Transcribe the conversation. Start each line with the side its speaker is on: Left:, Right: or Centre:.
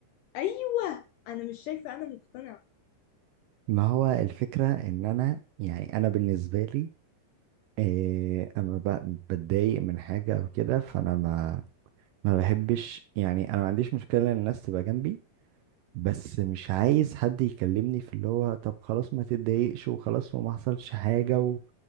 Left: أيوة أنا مش شايفة أنا مقتنعة
Right: ما هو الفكرة ان انا يعني انا بالنسبة لي إيه اما ب- بتضايق من حاجة او كده فانا ما ما بحبش يعني انا ما عنديش مشكلة ان الناس تبقى جنبي بس مش عايز حد يكلمني في اللي هو طب خلاص ما تتضايقش وخلاص وما حصلش حاجة و...